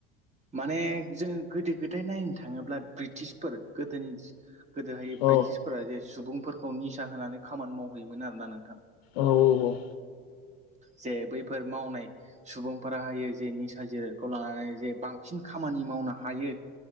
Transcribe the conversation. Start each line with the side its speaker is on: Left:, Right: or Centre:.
Right: माने जोङो गोदो गोदाय नायनो थाङोब्ला ब्रिटिसफोर गोदोनि गोदोहाय
Left: औ
Right: ब्रिटिसफोरा जे सुबुंफोरखौ निसा होनानै खामानि मावहोयोमोन आरोना नोंथां।
Left: औ औ औ।
Right: जे बैफोर मावनाय सुबुंफोरा हायो जे निसा जिराद खौ लानानै जे बांसिन खामानि मावनो हायो